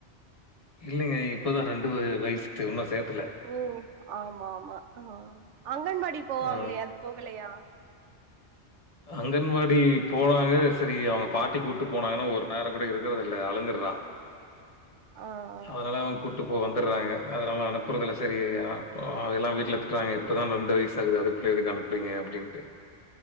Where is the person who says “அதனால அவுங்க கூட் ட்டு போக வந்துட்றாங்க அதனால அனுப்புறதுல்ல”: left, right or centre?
Left